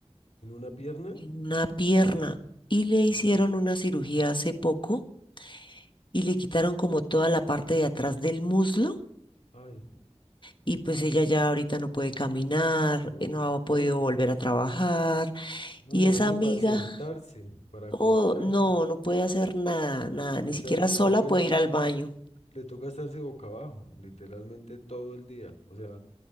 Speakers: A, on the left (about 85°); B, on the left (about 45°).
A: una pierna,
B: en una pierna, y le hicieron
A: uy,
B: una cirugía hace poco, y le quitaron como toda la parte de atrás del muslo,
A: ay,
B: y pues ella ya ahorita no puede caminar,
A: no,
B: eh, no ha podido
A: no,
B: volver a trabajar,
A: no,
B: y
A: imagínese
B: esa amiga,
A: para sentarse, para
B: oh,
A: acostarse.
B: no, no puede hacer nada, nada, ni
A: O
B: siquiera
A: sea, le
B: sola
A: toca
B: puede
A: es
B: ir al baño.
A: Le toca estarse boca abajo, literalmente todo el día. O sea,